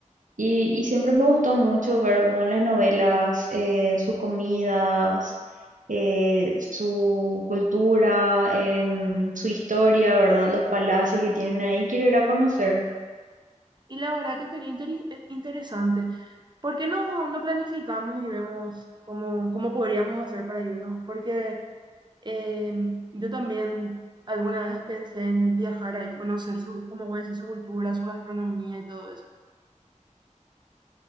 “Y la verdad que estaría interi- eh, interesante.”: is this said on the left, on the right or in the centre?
Right